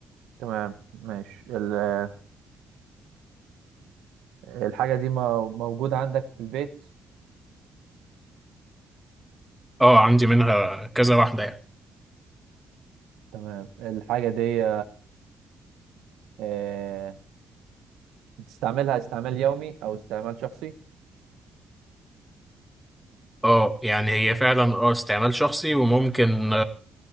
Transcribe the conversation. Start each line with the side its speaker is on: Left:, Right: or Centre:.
Right: تمام ماشي ال- الحاجة دي مو- موجودة عندك في البيت
Centre: اه عندي منها كذا واحده يعني
Right: تمام الحاجة دي آه، بتستعملها استعمال يومي أو استعمال شخصي
Centre: اه يعني هي فعلا اه استعمال شخصي وممكن